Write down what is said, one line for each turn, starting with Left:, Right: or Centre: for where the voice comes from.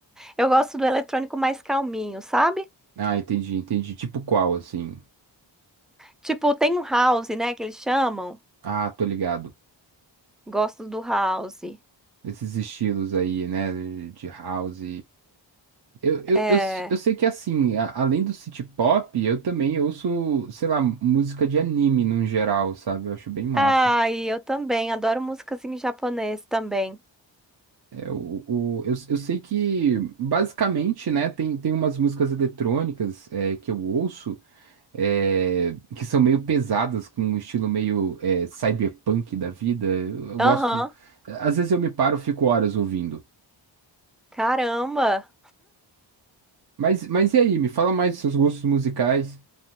Centre: eu gosto do eletrônico mais calminho, sabe?
Right: Ah, entendi, entendi. Tipo qual, assim?
Centre: Tipo, tem um house, né, que eles chamam.
Right: Ah, tô ligado.
Centre: Gosto do house.
Right: Esses estilos aí, né? De de house. Eu, eu,
Centre: É.
Right: eu, s- eu sei que assim, a- além do city pop, eu também ouço, sei lá, música de anime no geral, sabe? Eu acho bem massa.
Centre: Ah, e eu também adoro músicas em japonês também.
Right: É, o, o, eu, eu sei que, basicamente, né, tem, tem umas músicas eletrônicas é, que eu ouço é, que são meio pesadas, com um estilo meio é, cyberpunk da vida. Eu, eu
Centre: Aham.
Right: gosto. Às vezes eu me paro, fico horas ouvindo.
Centre: Caramba.
Right: Mas, mas e aí, me fala mais dos seus gostos musicais.